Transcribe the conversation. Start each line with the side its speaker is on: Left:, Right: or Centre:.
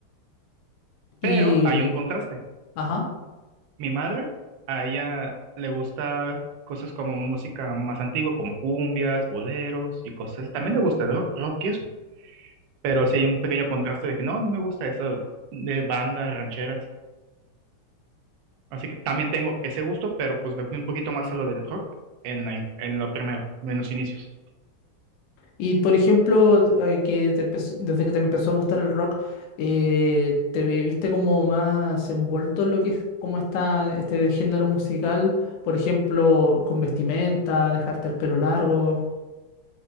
Right: Pero
Left: Y,
Right: hay un contraste.
Left: ajá.
Right: Mi madre, a ella le gusta cosas como música más antigua, como cumbias, boleros y cosas así. También le gusta ro- rock y eso, pero sí hay un pequeño contraste de que no, me gusta eso de bandas rancheras. Así que también tengo ese gusto, pero pues me fui un poquito más a lo del rock en, la inf- en lo primero, en los inicios.
Left: Y por ejemplo, eh, que te empezó- desde que te empezó a gustar el rock, eh, ¿te vi- viste como más envuelto en lo que es como está este género musical? Por ejemplo, con vestimenta, dejarte el pelo largo.